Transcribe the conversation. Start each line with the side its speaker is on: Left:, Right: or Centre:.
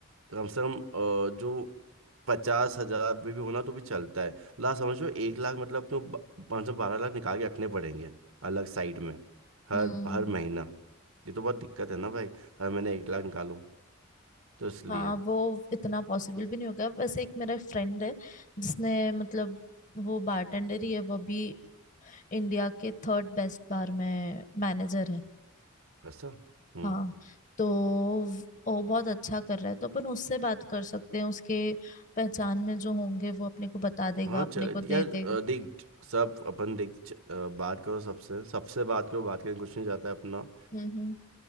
Right: कम से कम अ, जो पचास हजार में भी होना तो भी चलता है ला समझो एक लाख मतलब तो पाँच सौ बारह लाख निकाल के रखने पड़ेंगे अलग साइड में हर
Left: हम्म
Right: हर महीना ये तो बहुत दिक्कत है ना भाई हर महीने एक लाख निकालो तो इसलिए
Left: हाँ वो इतना पॉसिबल भी नहीं होगा वैसे एक मेरा फ्रेंड है जिसने मतलब वो बारटेंडर ही है वो भी इंडिया के थर्ड बेस्ट बार में मैनेजर है
Right: ऐसा हम्म
Left: हाँ तो वो बहुत अच्छा कर रहा है तो अपन उससे बात कर सकते हैं उसके पहचान में जो होंगे वो अपने को बता देगा
Right: हाँ
Left: अपने
Right: चलो
Left: को दे
Right: यार
Left: देगा
Right: अ, देख सब अपन देख च- अ, बात करो सबसे सबसे बात करो बात करने कुछ नहीं जाता है अपना
Left: हम्म हम्म